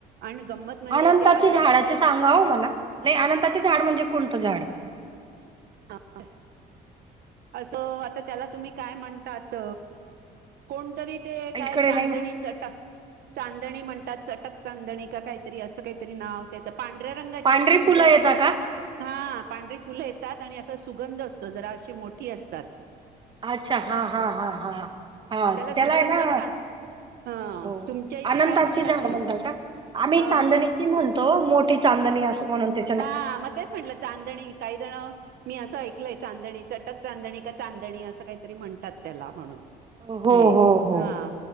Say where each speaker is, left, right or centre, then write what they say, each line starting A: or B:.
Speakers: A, on the right (about 70°); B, on the right (about 30°).
A: आणि गंमत म्हणजे
B: अनंताचे
A: त्या झाड
B: झाडांचे सांगावं मलां नाहीं अनंतांचे झाडं म्हणजे कोणतं झाडं
A: हं असं आतां त्यांला तुम्हीं कायं म्हणतांत कोणंतरी ते कायं
B: इकडे
A: चांदणी
B: नाही
A: चटक चांदणी म्हणतांत चटक चांदणी कां कांहीतरी असं कांहीतरी नांव पांढऱ्यां रंगाची
B: पांढरी
A: अशी फुलं
B: येता
A: असतां
B: का?
A: हां पांढरी फुलं त्यांत असां सुगंध असतो आणि जरां अशी मोठी असतांत.
B: अच्छा हां हां हां हां हां
A: त्याला
B: त्यांला
A: सुगंध
B: आहे नां
A: छान ह
B: हो
A: तुमच्या इथे
B: अनंतांची
A: काय म्हणतात
B: झाडं
A: माहित
B: म्हणतांत कां आम्हीं
A: ह
B: चांदणी ची म्हणंतो मोठी चांदणी असं म्हंणूनते
A: हां मंग तेचं म्हंटलं चांदणी कांहीं जणं मी असं ऐकलंय चांदणी चटक चांदणी कां चांदणी असं कांहीतरी म्हणतांत त्यांला म्हणूंन
B: हो हो
A: ते
B: हो
A: हं हां